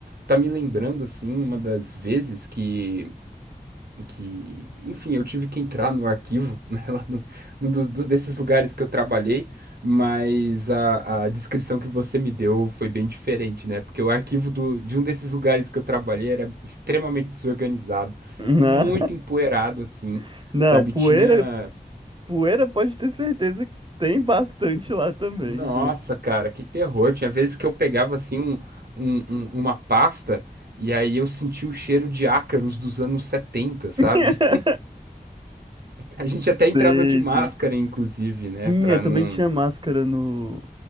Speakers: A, on the right; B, on the right.
A: tá me lembrando, assim, uma das vezes que, que, enfim, eu tive que entrar no arquivo, <laughs> né, lá no, num dos, dos- desses lugares que eu trabalhei, mas a, a descrição que você me deu foi bem diferente, né? Porque o arquivo do, de um desses lugares que eu trabalhei era extremamente desorganizado,
B: Não,
A: muito empoeirado, assim,
B: <laughs> não,
A: sabe?
B: poeira,
A: Tinha.
B: poeira pode ter certeza que tem bastante lá também,
A: Nossa,
B: inclusive.
A: cara, que terror. Tinha vezes que eu pegava assim um, um- um- uma pasta e aí eu sentia o cheiro de ácaros dos anos 70 sabe?
B: <laughs>
A: <laughs> A gente até entrava
B: Sei,
A: de máscara,
B: sei.
A: inclusive, né?
B: Tinha,
A: Pra
B: também
A: não.
B: tinha máscara no,